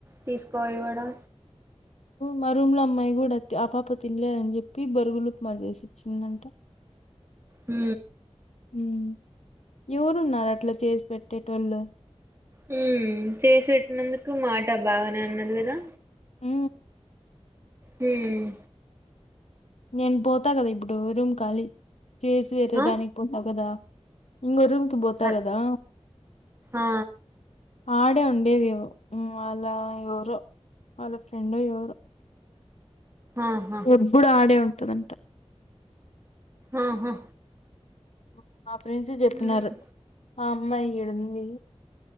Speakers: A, on the right (about 25°); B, on the left (about 75°).
A: తీసుకువోయి కూడా
B: మ రూమ్ లో అమ్మాయి కూడా అంతే ఆపాప తినలేదని, చెప్పి బొరుగులు ఉప్మా చేేసి ఇచ్చిందంట.
A: హు
B: ఉమ్ ఎవరున్నారు అట్లా చేసి పెట్టేటోళ్ళు
A: హ్మ్ చేసి పెట్టినందుకు మాట బాగానే అన్నది కదా
B: ఉ
A: హ్మ్
B: నేను పోతా కదా ఇప్పుడు రూమ్ ఖాళీ చేసి వేరే
A: ఆ
B: దానికి పోతావదా ఇంగొరు పోతా
A: అ
B: కదా
A: ఆ
B: ఆడే ఉండేది వాళ్ళ ఎవరో వాళ్ళ ఫ్రెండ్ ఎవరో
A: ఆహా
B: ఎబ్బుడు అడే ఉంటా అదంట
A: ఆహా
B: బ మా ప్రెండ్స్ చెప్పినారు
A: హ్మ్
B: ఆ అమ్మాయ్ ఈడుంది